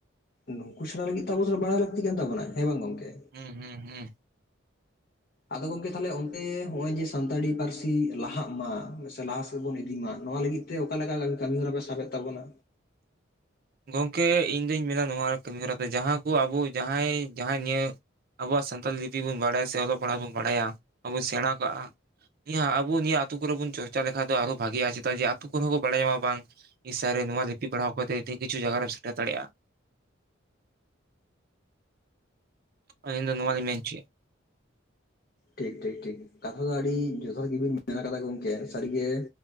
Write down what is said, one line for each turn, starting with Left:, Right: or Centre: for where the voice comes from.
Left: ᱱᱩᱠᱩ ᱥᱮᱬᱟ ᱞᱟᱹᱜᱤᱫ ᱛᱵᱚᱷᱚᱲᱟ ᱵᱟᱲᱟᱭ ᱞᱟᱹᱠᱛᱤ ᱠᱟᱱ ᱛᱟᱵᱚᱱᱟ ᱦᱮᱸ ᱵᱟᱝ ᱜᱚᱝᱠᱮ
Right: ᱦᱩᱸ ᱦᱩᱸ ᱦᱩᱸ
Left: ᱟᱫᱚ ᱜᱚᱢᱠᱮ ᱛᱟᱦᱚᱞᱮ ᱚᱱᱛᱮ ᱱᱚᱜ ᱚᱚᱭ ᱡᱮ ᱥᱟᱱᱛᱟᱲᱤ ᱯᱟᱹᱨᱥᱤ ᱞᱟᱦᱟᱜ ᱢᱟ ᱥᱮ ᱞᱟᱦᱟ ᱥᱮᱫ ᱵᱚᱱ ᱤᱫᱤ ᱢᱟ ᱱᱚᱣᱟ ᱞᱟᱹᱜᱤᱫ ᱛᱮ ᱛᱮ ᱚᱠᱟ ᱞᱮᱠᱟ ᱠᱟᱹᱢᱤ ᱠᱟᱹᱢᱤ ᱦᱚᱨᱟ ᱯᱮ ᱥᱟᱵᱮᱫ ᱛᱟᱵᱚᱱᱟ,
Right: ᱜᱚᱢᱠᱮ ᱤᱧᱫᱩᱧ ᱢᱮᱱᱟ ᱱᱚᱣᱟ ᱠᱟᱹᱢᱤᱦᱚᱨᱟ ᱫᱚ ᱡᱟᱦᱟᱸ ᱠᱚ ᱟᱵᱚ ᱡᱟᱦᱟᱸᱭ ᱡᱟᱦᱟᱸᱭ ᱱᱤᱭᱟᱹ ᱟᱵᱚᱣᱟᱜ ᱥᱟᱱᱛᱟᱞ ᱞᱤᱯᱤ ᱵᱚᱱ ᱵᱟᱲᱟᱭᱟ ᱥᱮ ᱚᱞᱚᱜ ᱯᱟᱲᱦᱟᱜ ᱵᱚᱱ ᱵᱟᱲᱟᱭᱟ ᱟᱵᱚ ᱥᱮᱬᱟ ᱠᱟᱜᱼᱟ᱾ ᱱᱤᱭᱟ ᱟᱵᱚ ᱱᱤᱭᱟᱹ ᱟ ᱟᱹᱛᱩ ᱠᱚᱨᱮ ᱵᱚᱱ ᱪᱚᱨᱪᱟ ᱞᱮᱠᱷᱷᱟᱟᱱ ᱫᱚ ᱟᱨᱚ ᱵᱷᱟᱜᱤᱼᱟ ᱪᱮᱫᱟᱜ ᱡᱮ ᱟᱛᱳ ᱠᱚᱨᱮ ᱦᱚᱸ ᱠᱚ ᱵᱟᱲᱟᱭ ᱧᱟᱢᱟ ᱵᱟᱝ ᱤ ᱥᱟ ᱨᱮ ᱱᱚᱣᱟ ᱞᱤᱯᱤ ᱯᱟᱲᱦᱟᱣ ᱠᱟᱛᱮ ᱠᱤᱪᱷᱩ ᱡᱟᱭᱜᱟ ᱨᱮᱢ ᱥᱮᱴᱮᱨ ᱫᱟᱲᱮᱭᱟᱜᱼᱟ᱾ ᱟᱞᱤᱧ ᱫᱚ ᱱᱚ ᱱᱚᱣᱟᱣᱟᱤ ᱢᱮᱧᱪᱮ
Left: ᱴᱷᱤᱠ ᱴᱷᱤᱠ ᱴᱷᱤᱠ ᱠᱟᱛᱷᱟ ᱫᱚ ᱟᱹᱰᱤ ᱡᱚᱛᱷᱟᱛ ᱜᱮᱵᱤᱱ ᱢᱮᱱ ᱠᱟᱫᱟ ᱜᱚᱢᱠᱮ ᱥᱟᱹᱨᱤᱜᱮ